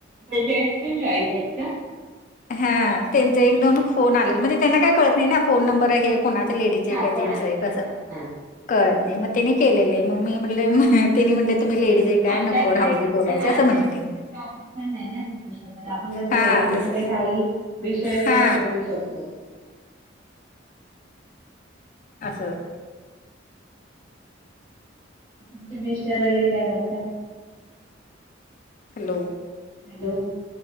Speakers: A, on the right; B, on the left.
A: जेन्टस पण जॉईन आहेत का?
B: हा त्यांच एक दोन फोन आलेल म्हणजे त्यांना काय कळत नाही ना फोन नंबर हे कोणाच लेडीजच हे
A: हा
B: का
A: कोण
B: जेन्स
A: असतंय
B: आहे असं.
A: काय हा.
B: कळत नाही मग त्यानी केलेले मग मी म्हट तेनी म्हटले तुम्ही लेडीज आहे काय
A: ह आपल्या
B: नको
A: इकडे
B: राहू दे बोलायचे असं
A: ते
B: म्हटलं तिने
A: टॉपिक पण नाही ना भेटू शकत आपण जसं
B: हा
A: लेडीज
B: तस
A: मध्ये काही विषयवर
B: हा
A: बोलू शकतो.
B: असं
A: तुमचे मिस्टर वगैरे काय करता?
B: हॅलो
A: हॅलो